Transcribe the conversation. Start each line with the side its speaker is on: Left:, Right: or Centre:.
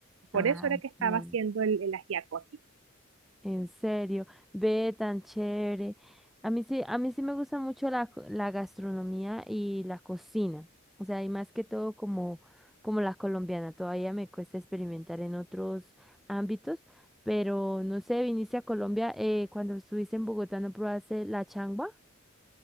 Right: Por
Centre: Ah,
Right: eso era que estaba
Centre: claro.
Right: haciendo el, el ajiaco aquí.
Centre: En serio, ve tan chévere. A mí sí, a mí sí me gusta mucho la, co- la gastronomía y la cocina. O sea, y más que todo como, como la colombiana. Todavía me cuesta experimentar en otros ámbitos, pero no sé, viniste a Colombia eh, cuando estuviste en Bogotá, ¿no probaste la changua?